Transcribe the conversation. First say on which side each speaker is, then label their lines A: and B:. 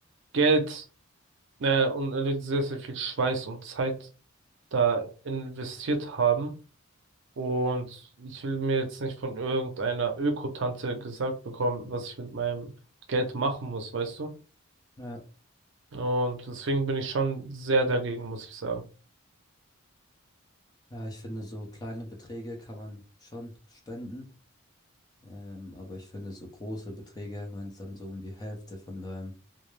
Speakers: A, on the right; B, on the left.
A: Geld, äh, und äh, sehr, sehr viel Schweiß und Zeit da investiert haben. Und ich will mir jetzt nicht von irgendeiner Öko-Tante gesagt bekommen, was ich mit meinem Geld machen muss, weißt du?
B: Ja,
A: Und deswegen bin ich schon sehr dagegen, muss ich sagen.
B: ja, ich finde, so kleine Beträge kann man schon spenden, ähm, aber ich finde, so große Beträge, wenn es dann so um die Hälfte von deinem